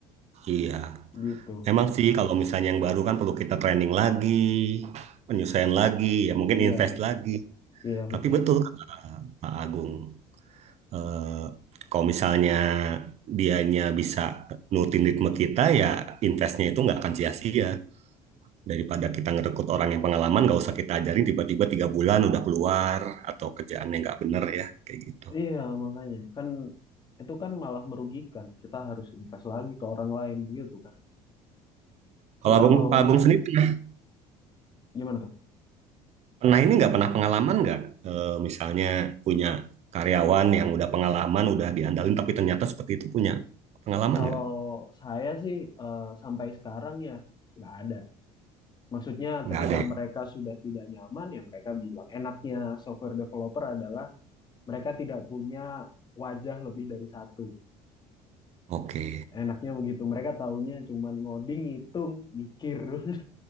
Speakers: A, on the right; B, on the left.
A: Iya.
B: Gitu.
A: Emang sih kalau misalnya yang baru kan perlu kita training lagi, penyesuaian lagi, ya mungkin
B: Iya,
A: invest lagi.
B: iya
A: Tapi
B: betul.
A: betul kata Pak Agung, eh, kalau misalnya dianya bisa nurutin ritme kita, ya investnya itu nggak akan sia-sia. Daripada kita ngerekrut orang yang pengalaman, nggak usah kita ajarin tiba-tiba tiga bulan udah keluar atau kerjaannya nggak bener ya, kayak gitu.
B: Iya, makanya kan itu kan malah merugikan. Kita harus invest lagi ke orang lain begitu kan.
A: Kalau
B: Kita
A: Abang,
B: maunya
A: Pak Abang sendiri pernah,
B: gimana tuh?
A: pernah ini nggak pernah pengalaman nggak? Eh, misalnya punya karyawan yang udah pengalaman, udah diandalin, tapi ternyata seperti itu punya pengalaman
B: Kalau
A: nggak?
B: saya sih eh, sampai sekarang ya nggak ada. Maksudnya
A: Nggak
B: ketika
A: ada ya?
B: mereka sudah tidak nyaman ya mereka bilang enaknya software developer adalah mereka tidak punya wajah lebih dari satu.
A: Oke,
B: Enaknya begitu. Mereka taunya cuman ngoding, ngitung, mikir <laughs>